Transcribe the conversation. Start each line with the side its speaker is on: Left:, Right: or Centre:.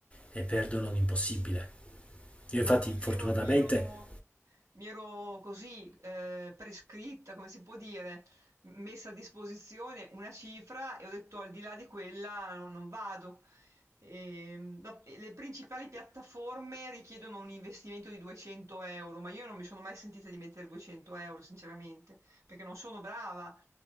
Left: e perdono l'impossibile. Io
Right: Ma
Left: infatti
Right: no,
Left: fortunatamente
Right: io mi ero, mi ero così eh, prescritta, come si può dire, messa a disposizione una cifra e ho detto al di là di quella non, non vado. Ehm, dop- le principali piattaforme richiedono un investimento di 200 euro, ma io non mi sono mai sentita di mettere 200 euro, sinceramente, perché non sono brava.